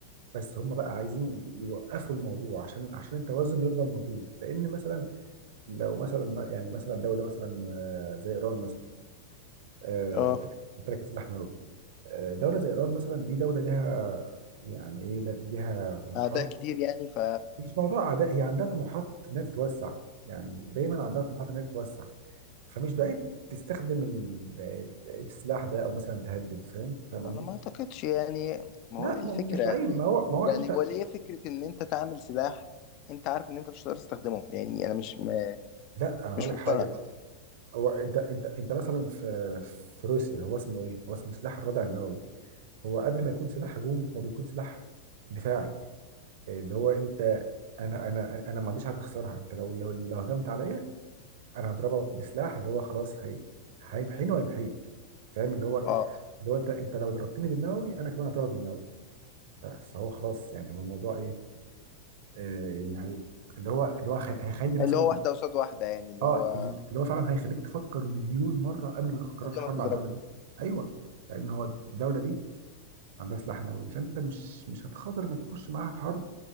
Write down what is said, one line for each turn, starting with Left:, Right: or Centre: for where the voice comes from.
Right: بس هم بقى عايزين يوقفوا الموضوع عشان عشان التوازن يفضل موجود لان مثلا لو مثلا ما- يعني مثلا دوله مثلا آه، زي ايران مثلا آه،
Left: اه
Right: امتلكت امتلكت سلاح نووي آه، دوله زي ايران مثلا دي دوله لها يعني ايه ل- لها طموحات
Left: اعداء كتير يعني ف
Right: مش موضوع اعداء هي عندها طموحات انها تتوسع يعني دايما عندها طموحات انها تتوسع فمش بعيد تستخدم ال- ال- السلاح ده او مثلا تهدد فاهم فاهم
Left: انا
Right: قصدي؟
Left: ما اعتقدش يعني ما
Right: لا
Left: هو ايه الفكره
Right: ما- مش بعيد ما هو ما هو انت
Left: يعني هو ليه فكره ان انت تعمل سلاح انت عارف ان انت مش هتقدر تستخدمه يعني انا مش م...
Right: لا انا هقول
Left: مش
Right: لك
Left: مقتنع
Right: حاجه هو انت انت انت مثلا في في روسيا هو اسمه ايه؟ هو اسمه سلاح الردع النووي هو قبل ما يكون سلاح هجوم هو بيكون سلاح دفاعي اللي هو انت انا انا انا ما عنديش حاجه اخسرها انت لو لو لو هجمت عليا انا هضربك بسلاح اللي هو خلاص هي هيمحيني ويمحيك فاهم اللي هو
Left: اه
Right: اللي هو انت انت لو ضربتني بالنووي انا كمان هضربك بالنووي ف- فهو خلاص يعني هو الموضوع ايه آه يعني اللي هو اللي هو هي- هيخلي مثلا
Left: اللي هو واحده قصاد واحده يعني اللي
Right: اه
Left: هو
Right: اللي هو فعلا هيخليك تفكر مليون مره قبل ما تاخد قرار
Left: قبل
Right: حرب
Left: ما تضربه
Right: على الدوله دي ايوه لان هو الدوله دي عندها سلاح نووي فانت مش مش هتخاطر انك تخش معاها في حرب